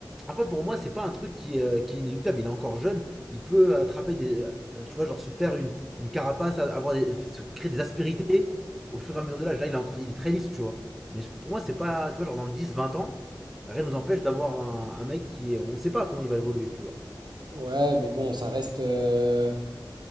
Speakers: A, in the centre; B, on the right.
A: Après, pour moi, c'est pas un truc qui, euh, qui est inéluctable. Il est encore jeune. Il peut attraper des. euh, Tu vois, genre se faire une, une carapace, avoir des, se créer des aspérités au fur et à mesure de l'âge. Là, il est, encore, il est très lisse, tu vois. Mais pour moi, c'est pas. Tu vois, genre dans dix vingt ans, rien nous empêche d'avoir un, un mec qui est. On sait pas comment il va évoluer, tu vois.
B: Ouais, mais bon, ça reste. euh,